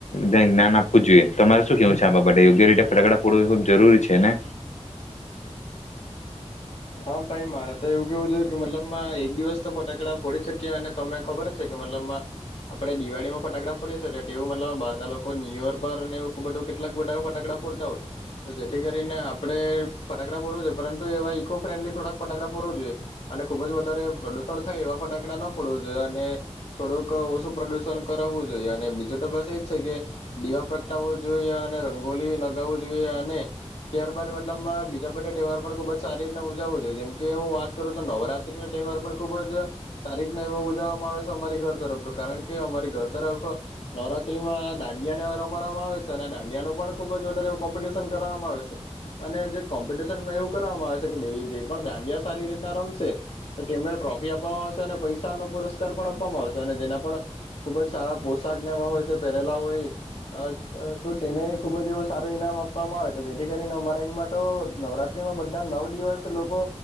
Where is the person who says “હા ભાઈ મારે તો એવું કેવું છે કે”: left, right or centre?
Left